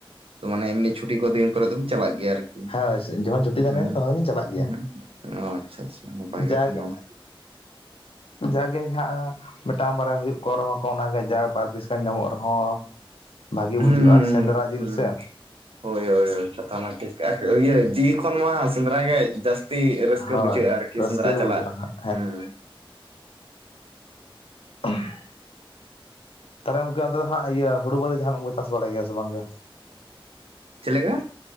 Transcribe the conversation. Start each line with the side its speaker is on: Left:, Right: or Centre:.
Right: ᱢᱟᱱᱮ ᱮᱢᱱᱤ ᱪᱷᱩᱴᱤ ᱪᱷᱩᱴᱤ ᱠᱚ ᱫᱤᱱ ᱠᱚᱨᱮ ᱫᱚ ᱠᱚ ᱪᱟᱞᱟᱜ ᱜᱮᱭᱟ᱾ ᱟᱨᱠᱤ
Left: ᱦᱮᱸ ᱡᱚᱠᱷᱚᱱ
Right: ᱦᱮᱸ
Left: ᱪᱷᱩᱴᱤ ᱛᱟᱦᱮᱸ ᱞᱮᱱᱟ᱾ ᱛᱚᱠᱷᱚᱱ ᱫᱚᱞᱤᱧ ᱪᱟᱞᱟᱜ ᱜᱮᱭ-ᱟ᱾
Right: ᱦᱮᱸ, ᱟᱪᱪᱷᱟ, ᱟᱪᱪᱷᱟ, ᱱᱟᱯᱟᱭ
Left: ᱡᱟᱜᱮ
Right: ᱠᱟᱛᱷᱟ ᱚᱱᱟ ᱦᱚᱸ᱾
Left: ᱡᱟᱜᱮ ᱡᱟᱦᱟᱸ ᱢᱤᱫᱴᱟᱝ ᱵᱟᱨᱭ-ᱟ ᱾ᱦᱩᱭᱩᱜ ᱠᱟᱱ ᱨᱮ-ᱦᱚᱸ ᱠᱚ ᱚᱱᱟᱜᱮ ᱡᱟ ᱜᱮ ᱵᱟᱨ ᱯᱤᱥ ᱜᱟᱱ ᱧᱟᱢᱚᱜ ᱨᱮ-ᱦᱚᱸ᱾ ᱵᱷᱟᱜᱤ ᱵᱩᱡᱩᱜᱼᱟ
Right: ᱦᱩᱸ, ᱦᱩᱸ,
Left: ᱥᱮᱸᱫᱽᱨᱟ ᱡᱤᱞ
Right: ᱦᱩᱸ ᱦᱩᱸ
Left: ᱥᱮ
Right: ᱦᱳᱭ ᱦᱳᱭ ᱦᱳᱭ ᱠᱟᱛᱷᱟ ᱢᱟ ᱴᱷᱤᱠ ᱤᱭᱟᱹ ᱡᱤᱞᱤ ᱠᱷᱚᱱ ᱢᱟ ᱥᱮᱸᱫᱽᱨᱟ ᱜᱮ ᱡᱟᱹᱥᱛᱤ ᱡᱟᱹᱥᱛᱤ ᱨᱟᱹᱥᱠᱟᱹ
Left: ᱦᱳᱭ
Right: ᱵᱩᱡᱷᱟᱹᱜᱼᱟ ᱟᱨᱠᱤ
Left: ᱨᱟᱹᱥᱠᱟᱹ
Right: ᱥᱮᱸᱫᱽᱨᱟ
Left: ᱵᱩᱡᱷᱟᱹᱜᱼᱟ
Right: ᱪᱟᱞᱟᱜ
Left: ᱦᱟᱸᱜ
Right: ᱦᱮᱸ,
Left: <unintelligible> ᱛᱟᱦᱚᱞᱮ ᱜᱚᱝᱠᱮ ᱟᱫᱚ ᱦᱟᱸᱜ ᱤᱭᱟᱹ ᱦᱩᱲᱩ ᱵᱟᱫᱮ ᱡᱟᱦᱟᱱᱟᱜ ᱠᱚ ᱪᱟᱥ ᱵᱟᱲᱟᱭ ᱜᱮᱭᱟ ᱥᱮ ᱵᱟᱝ ᱜᱮ?
Right: ᱪᱮᱫ ᱞᱮᱠᱟ,